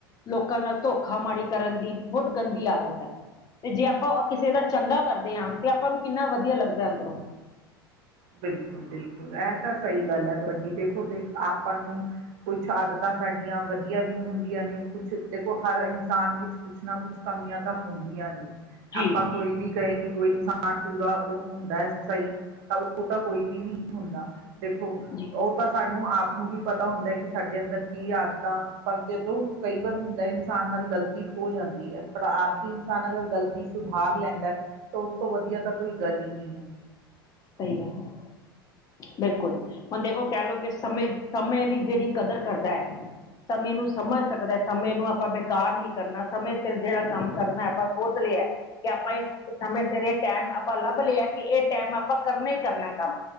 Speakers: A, on the left; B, on the right.
A: ਲੋਕਾਂ ਨਾਲ ਧੋਖਾ ਮਾੜੀ ਕਰਨ ਦੀ ਬਹੁਤ ਗੰਦੀ ਆਦਤ ਹੈ, ਤੇ ਜੇ ਆਪਾਂ ਕਿਸੇ ਦਾ ਚੰਗਾ ਕਰਦੇ ਹਾਂ ਤੇ ਆਪਾਂ ਨੂੰ ਕਿੰਨਾ ਵਧੀਆ ਲੱਗਦਾ ਅੰਦਰੋਂ
B: ਬਿਲਕੁਲ-ਬਿਲਕੁਲ ਇਹ ਤਾਂ ਸਹੀ ਗੱਲ ਹੈ ਤੁਹਾਡੀ, ਦੇਖੋ ਦੇਖ ਆਪਾਂ ਨੂੰ ਕੁਛ ਆਦਤਾਂ ਸਾਡੀਆਂ ਵਧੀਆ ਵੀ ਹੁੰਦੀਆਂ ਨੇ, ਕੁਛ ਦੇਖੋ ਹਰ ਇਨਸਾਨ ਵਿੱਚ ਕੁਛ ਨਾ ਕੁਛ ਕਮੀਆਂ ਤਾਂ ਹੁੰਦੀਆਂ ਨੇ,
A: ਜੀ,
B: ਆਪਾਂ ਕੋਈ ਵੀ ਕਹੇ ਕਿ ਕੋਈ ਇਨਸਾਨ ਪਰ ਪੂਰਾ ਉਹ ਹੁੰਦਾ ਹੈ, ਸਹੀ ਤਾਂ ਉਹ ਤਾਂ ਕੋਈ ਵੀ ਨਹੀਂ ਹੁੰਦਾ, ਦੇਖੋ,
A: ਜੀ।
B: ਉਹ ਤਾਂ ਸਾਡ ਉਸਨੂੰ ਆਪ ਨੂੰ ਵੀ ਪਤਾ ਹੁੰਦਾ ਕਿ ਸਾਡੇ ਅੰਦਰ ਕੀ ਆਦਤਾਂ, ਪਰ ਜਦੋਂ, ਕਈ ਵਾਰ ਹੁੰਦਾ ਇਨਸਾਨ ਨਾਲ ਗਲਤ ਗਲਤੀ ਹੋ ਜਾਂਦੀ ਹੈ, ਪਰ ਆਪਦੀ ਇਨਸਾਨ ਅਗਰ ਗਲਤੀ ਸੁਧਾਰ ਲੈਂਦਾਂ। ਤਾਂ ਉਸ ਤੋਂ ਵਧੀਆ ਤਾਂ ਕੋਈ ਗੱਲ ਹੀ ਨਹੀਂ ਹੈ।
A: ਸਹੀ ਗੱਲ ਹੈ, ਬਿਲਕੁਲ, ਹੁਣ ਦੇਖੋ ਕਹਿ ਲਓ ਕਿ ਸਮੇਂ ਸਮਯ ਦੀ ਜਿਹੜੀ ਕਦਰ ਕਰਦਾ ਹੈ, ਸਮਯ ਨੂੰ ਸਮਝ ਸਕਦਾ ਸਮਯ ਨੂੰ ਆਪਾਂ ਇਨ ਕਾਰ ਨੀ ਕਰਨਾ, ਸਮੇਂ ਸਿਰ ਜਿਹੜਾ ਕੰਮ ਕਰਨਾ ਆਪਾਂ ਸੋਚ ਲਿਆ। ਕਿ ਆਪਾਂ ਇਸ ਸਮਯ ਸਿਰ ਇਹ ਟਾਈਮ ਆਪਾਂ ਲੱਭ ਲਿਆ ਕਿ ਇਹ ਟਾਈਮ ਆਪਾਂ ਆਪਾਂ ਕਰਨਾ ਹੀ ਕਰਨਾ ਕੰਮ